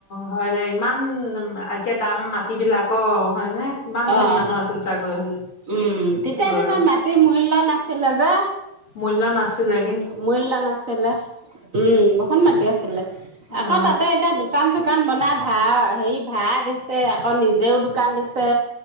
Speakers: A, on the left; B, on the right.
A: হয় দেই। ইমান উম, একে দাম মাত তিবিলাক অ, হয়নে? কিমান ধনী
B: অ, <unintelligible>
A: মানুহ আছিল চাগৈ
B: উম, তেতিয়া
A: আগৰ
B: দিনৰ মাটি মুট <unintelligible> নাছিলে যে।
A: মূল্য নাছিলেই।
B: মূল্য নাছিলে। উম, বহুত মাতি আছিলে। আকৌ
A: অ
B: তাতে এতিয়া দোকান চোক দোকান বনাই ভা, হেৰি ভাড়া দিছে। আকৌ নিজেও দোকান দিছে।